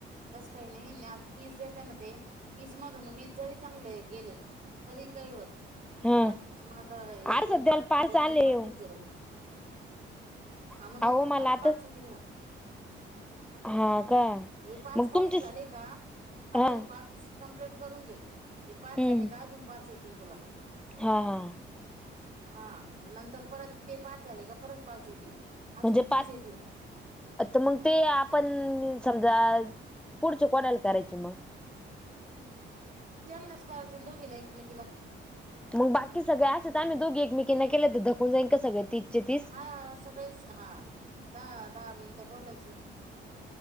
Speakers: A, on the right; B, in the centre.
A: तसं काही <unintelligible> तीस देत्याना ते तीस मधून वीस जरी चांगले गेले तरी काही होत नाही.
B: हा
A: बाकीची मग आता एक
B: अरे सध्याला
A: दोन पड
B: पाच
A: दोन
B: आले
A: तीन पडतेच झिरो. आ
B: अहो
A: म नंतर
B: मला
A: परत
B: आता
A: पाच येतील ना.
B: हा का
A: हे पाच
B: मग
A: कॉलिंग
B: तुमची
A: झाले का आता
B: हा
A: हे पाच कंप्लेट करून घे हे पाच
B: हम्म
A: झाले का अजून पाच येतीन तुला.
B: हा हा.
A: हा नंतर परत ते पाच झाले का परत पाच येतील. असे
B: म्हणजे
A: तीच
B: पाच
A: येतील
B: आता मंग ते आपण समजा पुढचे कोणाला करायचे मग?
A: त्यांनाच करायचे आन दोघीला एकमेकीला.
B: मग बाकी सगळे असं तर आम्ही दोघे एकमेकांना केले तर धकून जाईन का सगळे? तीसचे तीस
A: हा, सगळेच हा दहा दहा मिनटं बोलायचं.